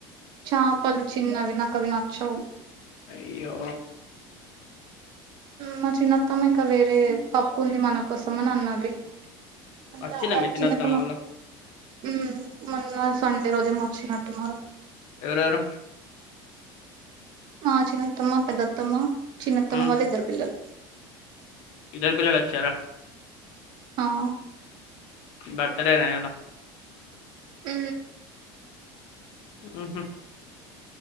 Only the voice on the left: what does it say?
అయ్యో
వచ్చిలే
మీ చిన్నత్తమ్మ
వాళ్ళు
ఎవరెవరు
ఉమ్,
ఇద్దరు పిల్లలు వచ్చారా
బర్తడే నా ఏమన్నా
ఉహు